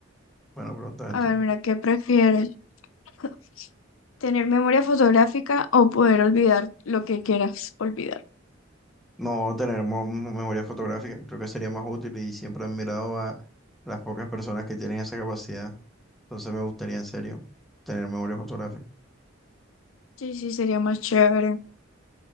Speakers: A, in the centre; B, on the left.
A: Bueno, pregunta
B: A
A: esto.
B: ver, mira, ¿qué prefieres? <laughs> ¿Tener memoria fotográfica o poder olvidar lo que quieras olvidar?
A: No, tener mo- mo- memoria fotográfica creo que sería más útil y siempre he admirado a las pocas personas que tienen esa capacidad. Entonces me gustaría en serio tener memoria fotográfica.
B: Sí, sí, sería más chévere.